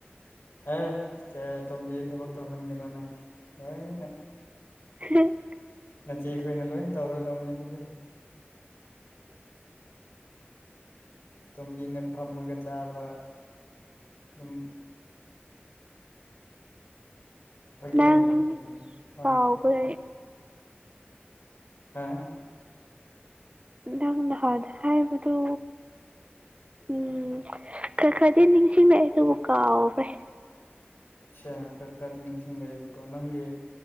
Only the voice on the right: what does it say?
<inaudible>
ꯅꯪ
ꯀꯥꯎꯈ꯭ꯔꯦ
ꯅꯪ ꯅꯍꯥꯟ ꯍꯥꯏꯕꯗꯨ ꯎꯝ ꯈꯔ ꯈꯔꯗꯤ ꯅꯤꯡꯁꯤꯡꯂꯛꯑꯦ ꯑꯗꯨꯕꯨ ꯀꯥꯎꯒꯔꯦ